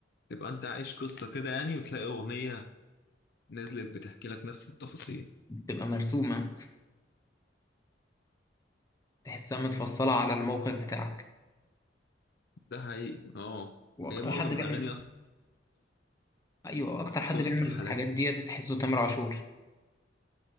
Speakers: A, on the left; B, on the left.
A: تبقى انت عايش قصة كده يعني وتلاقي اغنية نزلت بتحكي لك نفس التفاصيل
B: بتبقى مرسومه تحسها متفصله على الموقف بتاعك
A: ده حقيقي اه
B: واكتر
A: هي معظم
B: حد بيعمل
A: الاغاني اصلا
B: ايوه اكتر حد
A: بتوصف
B: بيعمل
A: الحالات
B: الحاجات ديت تحسه تامر عاشور